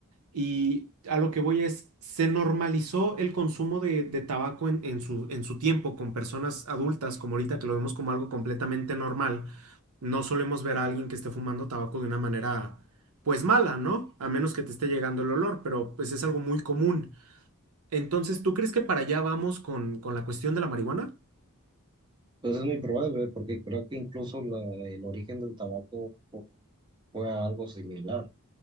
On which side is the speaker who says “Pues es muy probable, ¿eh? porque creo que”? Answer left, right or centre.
Right